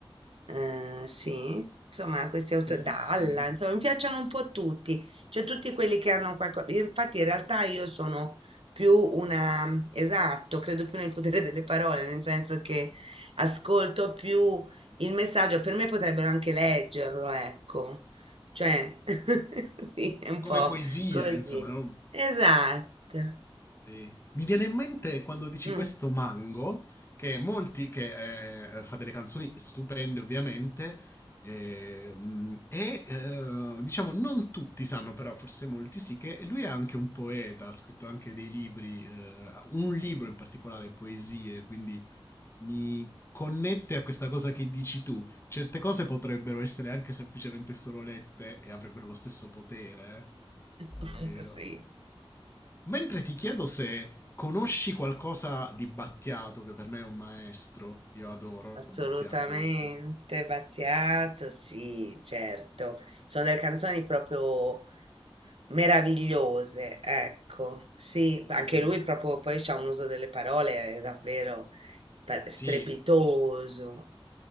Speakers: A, on the right (about 80°); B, on the left (about 25°).
A: eh, sì, insomma, questi autori,
B: Bellissimi.
A: Dalla, insomma, mi piacciono un po' tutti, cioè tutti quelli che hanno qualcosa. Infatti, in realtà io sono più una, mhmm, esatto, credo più nel potere delle parole, nel senso che ascolto più il messaggio, per me potrebbero anche leggerlo, ecco. Cioè, <laughs> sì, è un
B: Come
A: po'
B: poesia,
A: così.
B: insomma, no?
A: Esatto.
B: Sì. Mi viene in mente quando dici
A: Mm.
B: questo mango, che molti, che eh, fa delle canzoni stupende ovviamente, eh, mm, e eh, diciamo non tutti sanno, però forse molti sì, che lui è anche un poeta, ha scritto anche dei libri, eh, un libro in particolare, poesie, quindi mi connette a questa cosa che dici tu. Certe cose potrebbero essere anche semplicemente solo lette e avrebbero lo stesso potere.
A: <laughs>
B: eh. Davvero.
A: Sì.
B: Mentre ti chiedo se conosci qualcosa di Battiato, che per me è un maestro. Io adoro
A: Assolutamente,
B: Battiato.
A: Battiato, sì, certo. Sono delle canzoni proprio meravigliose, ecco, sì, anche
B: Mm,
A: lui proprio poi c'ha un uso delle parole eh, davvero pa-
B: sì,
A: strepitoso,